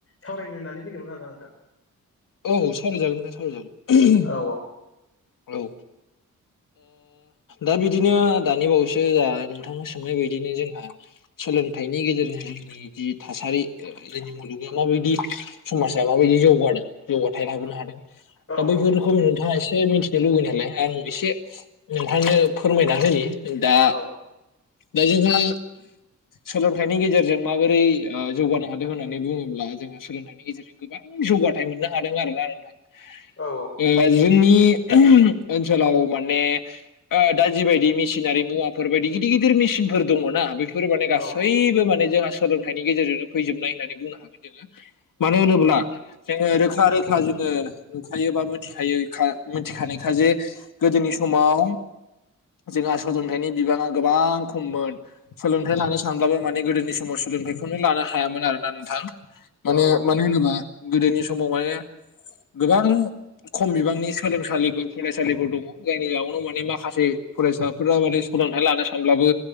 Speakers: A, on the left; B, on the left.
A: सावरायनो होननानै फैदोंमोन आरो ना नोंथां
B: औव सावराय जागोन नोंथां सावराय जागोन।
A: औ
B: औ दा बिदिनो दानि बावैसो सो नोंथांनो सोंनाय बायदिनो जोंहा सोलोंथाइनि गेजेरजों जोंनि जि थासारि जोंनि मुलुगा माबायदि समाजा माबायदि जौगादों जौगाथाय लाबोनो हादों
A: औ
B: दा बैफोर सम नोंथाङा एसे मिथिनो लुबैयो नालाय आं एसे नोंथांनो फोरमायना होनि दा
A: औ
B: दा जोंहा सोलोंथाइनि गेजेरजों माबोरै जौगानो हादों होन्नानै बुङोब्ला? जोंङो सोलोंथाइनि गेजेरजों गोबां जौगाथाय मोननो हादों आरोना नोंथां।
A: औ औ।
B: <unintelligible> ओनसोलाव माने ओ दा जिबायायदि मेसिनारि मुवाफोर बायदि गिदिर गिदिर मेसिनफोर दङना बे बेफोर माने गासैबो
A: औ
B: माने जोंहा सोलोंथाइनि गेजेरजोंनो फैजोबनाय होननानै बुंनो हागोन जोङो। मानो होनोब्ला जोंङो रोखा रोखा जोंङो नुखायो बा मिथिखायों मिथिखानायखा जें गोदोनि समाव जोंहा ससोंथाइनि बिबाङा गोबां खममोन सोलोंथाइ लानो सानब्लाबो माने गोदोनि समाव सोलोंथाइखौनो लानो हायामोन। आरो ना नोंथां। माने
A: औ
B: मानो होनोबा गोदोनि समाव माने गोबां खम बिबांनि सोलोंसालिफोर फरायसालिफोर दंङ जायनि जाउनाव माने माखासे फरायसाफोरा माने सोलोंथाइ लानो सानब्लाबो